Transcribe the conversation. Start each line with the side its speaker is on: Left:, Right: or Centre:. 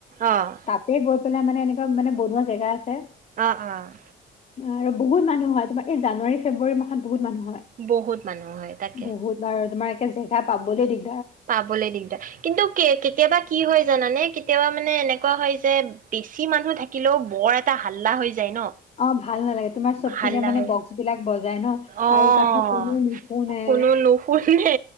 Right: অ',
Left: তাতে গৈ পেলাই মানে এনে ব মানে বনুৱা জেগা আছে।
Right: অহ, অ'।
Left: আৰু বহুত মানুহ হয়, তোমাৰ এই‌ জানুৱাৰী, ফেব্ৰুৱাৰী মাহত বহুত মানুহ‌ হয়,
Right: বহুত মানুহ হয় তাকে।
Left: বহুত বাৰ তোমাৰ জেগা পাবলৈ দি
Right: পাবলৈ দিগদাৰ কিন্তু কে কেতিয়াবা কি হয়, জানানে? কেতিয়াবা মানে এনেকুৱা হয় যে বেছি মানুহ থাকিলেও বৰ এটা হাল্লা হৈ যায় ন
Left: অ' ভাল নালাগে তোমাৰ চব
Right: হাল্লা
Left: পিনে মানে
Right: হয়,
Left: বক্স বিলাক বজাই ন
Right: অ',
Left: কাৰো কথা কোনো নুশুনে
Right: কোনো নুশুনে